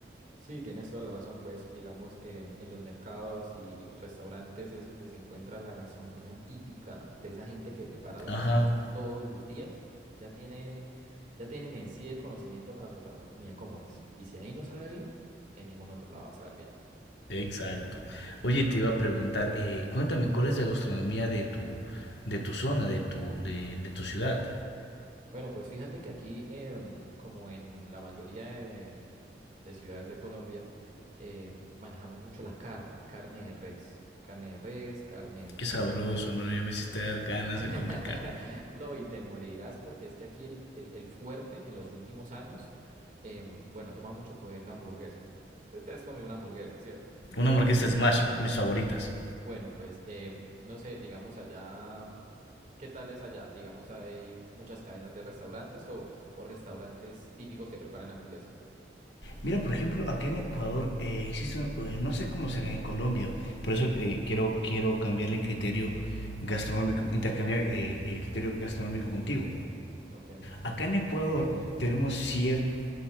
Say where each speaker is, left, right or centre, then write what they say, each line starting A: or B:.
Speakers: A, on the right; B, on the left.
A: Sí, tienes toda la razón, pues digamos, em, en los mercados y restaurantes es donde se encuentra la gastronomía típica de esa gente que prepara la
B: Ajá,
A: comida todos los días. Ya tienen, ya tienen en sí el conocimiento para preparar la comida como es. Y si ahí no sabe bien, en ningún otro lado va a saber bien.
B: exacto. Oye, te iba a preguntar, eh, cuéntame, ¿cuál es la gastronomía de tu, de tu zona, de tu, de, de tu ciudad?
A: Bueno, pues fíjate que aquí, em, como en la mayoría de de ciudades de Colombia, eh, manejamos mucho la carne, carne de res, carne de res, carne...
B: Qué sabroso, hermano. Ya me hiciste dar ganas
A: <laughs>
B: de comer carne.
A: No, y te morirás porque es que aquí el, el- el fuerte en los últimos años, em, bueno, ha tomado mucho poder la hamburguesa. Tú te has comido una hamburguesa, ¿cierto?
B: Una hamburguesa Smash, mis favoritas.
A: Bueno, pues em, no sé, digamos allá, mm, ¿qué tal es allá? Digamos, hay muchas cadenas de restaurantes o, o restaurantes típicos que preparan hamburguesa.
B: Mira, por ejemplo, acá en Ecuador eh, existe, eh, no sé cómo será en Colombia, por eso eh, quiero, quiero cambiarle el criterio gastronómico, intercambiar eh, el criterio gastronómico contigo.
A: Sí, ok.
B: Acá en Ecuador tenemos ciertos